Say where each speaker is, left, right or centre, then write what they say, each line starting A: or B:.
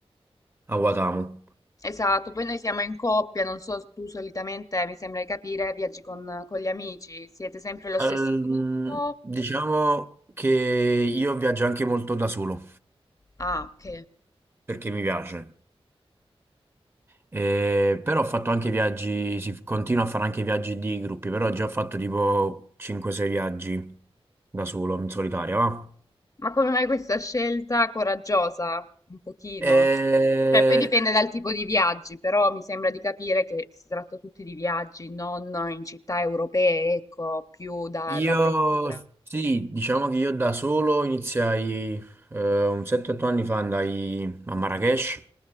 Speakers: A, on the right; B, on the left.
A: a Guatamo.
B: Esatto, poi noi siamo in coppia, non so, tu solitamente, mi sembra di capire, viaggi con, con gli amici, siete sempre lo stesso
A: Ehm,
B: gruppo?
A: diciamo che io viaggio anche molto da solo
B: Ah, ok.
A: perché mi piace. Eh, però ho fatto anche viaggi, si continua a fare anche viaggi di gruppi, però già ho fatto tipo 5-6 viaggi da solo, in solitaria, va?
B: Ma come mai questa scelta coraggiosa? Un pochino.
A: Eh,
B: Cioè, poi dipende dal tipo di viaggi, però mi sembra di capire che si tratta tutti di viaggi, non in città europee, ecco, più da,
A: io
B: da avventura.
A: sì, diciamo che io da solo iniziai eh, un 7-8 anni fa andai a Marrakech,